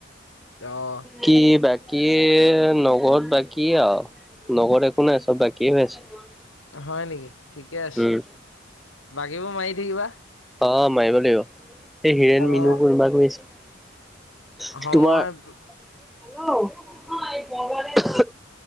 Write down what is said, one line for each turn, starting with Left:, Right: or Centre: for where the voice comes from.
Left: অ'
Centre: কি বা বাকী নগৰত বাকী আৰু নগৰত একো নাই চব বাকী হৈ আছে
Left: হয় নেকি ঠিকে আছে
Centre: উম
Left: বাকীবোৰ মাৰি থাকিবা
Centre: অ মাৰিব লাগিব। এই হীৰেণ
Left: সময়
Centre: মিনু কুৰৰ্মা কৰিছো
Left: সময়
Centre: তোমাৰ হেল্ল'